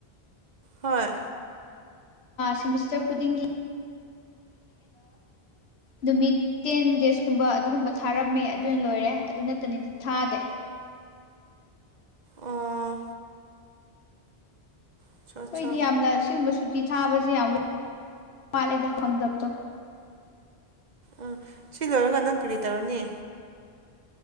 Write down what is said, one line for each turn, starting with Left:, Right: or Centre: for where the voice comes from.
Right: ꯍꯣꯏ
Left: ꯁꯦꯃꯤꯁꯇ꯭ꯔ ꯈꯨꯗꯤꯡꯒꯤ ꯅꯨꯃꯤꯠ ꯇꯦꯟ ꯗꯦꯖꯀꯨꯝꯕ ꯑꯗꯨꯒꯨꯝꯕ ꯊꯥꯔꯝꯃꯦ ꯑꯗꯨꯅ ꯂꯣꯏꯔꯦ ꯑꯗꯨ ꯅꯠꯇꯅꯗꯤ ꯊꯥꯗꯦ
Right: ꯑꯥ ꯑꯆꯥ ꯑꯠꯆꯥ
Left: ꯑꯩꯈꯣꯏꯗꯤ ꯌꯥꯝꯅ ꯁꯤꯒꯨꯝꯕ ꯁꯨꯇꯤ ꯊꯥꯕꯁꯦ ꯌꯥꯝ ꯋꯥꯠꯂꯤꯦꯗ ꯐꯪꯗꯕꯗꯣ
Right: ꯑꯥ ꯁꯤ ꯂꯣꯏꯔꯒ ꯅꯪ ꯀꯔꯤ ꯇꯧꯔꯅꯤ